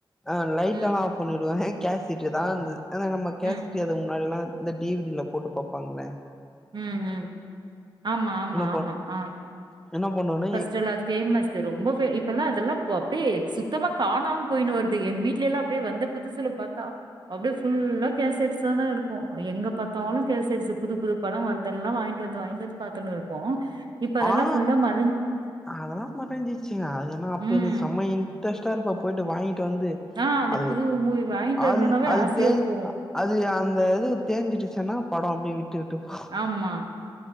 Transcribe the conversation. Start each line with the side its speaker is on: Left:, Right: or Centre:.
Centre: அ லைட்
Right: ம்
Centre: எல்லா ஆஃப் பண்ணிடுவே கேஸட்டு தா ஆனா நம்ம
Right: ம்
Centre: கேசட்ட அதுக்கு முன்னாடி எல்லா இந்த டி வி டி யில போட்டு பாப்பாங்களே
Right: ம் ம் ஆமா ஆமா ஆமா
Centre: பண்
Right: அ
Centre: என்ன பண்ணுன்னா
Right: ஃபஸ்ட் லாம் பேமஸ் ரொம்ப பே இப்பல்லா அதெல்லா அப்படியே சுத்தமா காணாம போயின்னு வருது எங்க வீட்ல எல்லா அப்படியே வந்து புதுசுல பத்தா அப்படியே ஃபுல்லா கேசட்ஸா தா இருக்கு எங்க பாத்தாலு கேசட்ஸ் புது புது படோ வருதெல்லா வாங்கிட்டு வந்து பாத்துனு இருப்போ அதெல்லா
Centre: ஆ
Right: ஃபுல்லா ம
Centre: அதெல்லா முடிஞ்சிச்சுங்க அது ஏன்னா அப்பன்னு
Right: ம்
Centre: சமைய இன்ரெஸ்டா இருப்ப போயிட்டு வாங்கிட்டு வந்து
Right: அ அந்த
Centre: அது
Right: புது மூவி வாங்கிட்டு
Centre: அந்
Right: வரணும்னாவே
Centre: அது
Right: ஆசையா
Centre: தேஞ்
Right: போவோ
Centre: அது அந்த இது தேஞ்சிடுச்சுன்னா படோ அப்படியே விட்டு யூடியூப்
Right: ஆமா